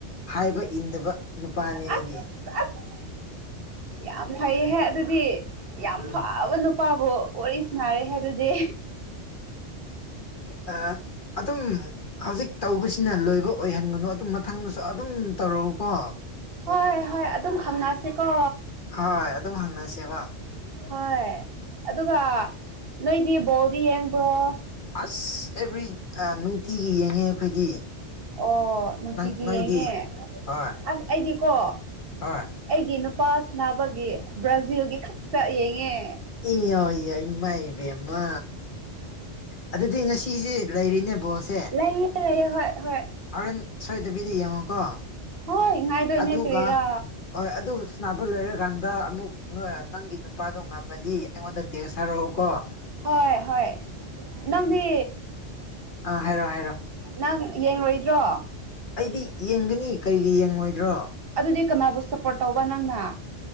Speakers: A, on the left; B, on the right.
A: ꯍꯥꯏꯕ ꯏꯟꯗꯕ ꯅꯨꯄꯥꯅꯦ ꯑꯩꯗꯤ
B: ꯑꯁ ꯑꯁ ꯌꯥꯝ ꯐꯩꯍꯦ ꯑꯗꯨꯗꯤ ꯌꯥꯝ
A: ꯎꯝ
B: ꯐꯕ ꯅꯨꯄꯥꯕꯨ ꯋꯥꯔꯤ ꯁꯥꯟꯅꯔꯦꯍꯦ ꯑꯗꯨꯗꯤ
A: ꯑꯥ ꯑꯗꯨꯝ ꯍꯧꯖꯤꯛ ꯇꯧꯕꯁꯤꯅ ꯂꯣꯏꯕ ꯑꯣꯏꯍꯟꯒꯅꯨ ꯑꯗꯨꯝ ꯃꯊꯪꯗꯁꯨ ꯑꯗꯨꯝ ꯇꯧꯔꯛꯎꯀꯣ
B: ꯍꯣꯏ ꯍꯣꯏ ꯑꯗꯨꯝ ꯈꯪꯅꯁꯤꯀꯣ
A: ꯍꯣꯏ ꯑꯗꯨꯝ ꯍꯪꯅꯁꯦꯕ
B: ꯍꯣꯏ ꯑꯗꯨꯒ ꯅꯣꯏꯗꯤ ꯕꯣꯜꯗꯤ ꯌꯦꯡꯕ꯭ꯔꯣ
A: ꯑꯁ ꯑꯦꯚ꯭ꯔꯤ ꯅꯨꯡꯇꯤꯒꯤ ꯌꯦꯡꯉꯦ ꯑꯩꯈꯣꯏꯗꯤ
B: ꯑꯣ ꯅꯨꯡꯇꯤꯒꯤ
A: ꯅꯪ ꯅꯣꯏꯗꯤ
B: ꯌꯦꯡꯉꯦ
A: ꯍꯣꯏ
B: ꯑꯁ ꯑꯩꯗꯤꯀꯣ
A: ꯍꯣꯏ
B: ꯑꯩꯒꯤ ꯅꯨꯄꯥ ꯁꯥꯟꯅꯕꯒꯤ ꯕ꯭ꯔꯥꯖꯤꯜꯒꯤ ꯈꯛꯇ ꯌꯦꯡꯉꯦ
A: ꯏꯌꯥ ꯌꯥ ꯏꯃꯥꯏꯕꯦꯝꯃ ꯑꯗꯨꯗꯤ ꯉꯁꯤꯁꯦ ꯂꯩꯔꯤꯅꯦ ꯕꯣꯜꯁꯦ
B: ꯂꯩꯌꯦ ꯂꯩꯌꯦ ꯍꯣꯏ ꯍꯣꯏ
A: ꯍꯣꯔꯦꯟ ꯁꯣꯏꯗꯕꯤꯗ ꯌꯦꯡꯉꯣꯀꯣ
B: ꯍꯣꯏ ꯉꯥꯏꯗꯣꯏꯅꯦ
A: ꯑꯗꯨꯒ
B: ꯀ꯭ꯔꯤꯔꯥ
A: ꯍꯣꯏ ꯑꯗꯨ ꯁꯥꯟꯅꯕ ꯂꯣꯏꯔ ꯀꯥꯟꯗ ꯑꯃꯨꯛ ꯅꯣꯏ ꯅꯪꯒꯤ ꯅꯨꯄꯥꯗꯣ ꯉꯝꯃꯗꯤ ꯑꯩꯉꯣꯟꯗ ꯇꯦꯛꯁ ꯊꯥꯔꯛꯎꯀꯣ
B: ꯍꯣꯏ ꯍꯣꯏ ꯅꯪꯗꯤ
A: ꯑ ꯍꯥꯏꯔꯣ ꯍꯥꯏꯔꯣ
B: ꯅꯪ ꯌꯦꯡꯔꯣꯏꯗ꯭ꯔꯣ
A: ꯑꯩꯗꯤ ꯌꯦꯡꯒꯅꯤ ꯀꯔꯤꯒꯤ ꯌꯦꯡꯉꯣꯏꯗ꯭ꯔꯣ
B: ꯑꯗꯨꯗꯤ ꯀꯅꯥꯕꯨ ꯁꯞꯄꯣꯔꯠ ꯇꯧꯕ ꯅꯪꯅ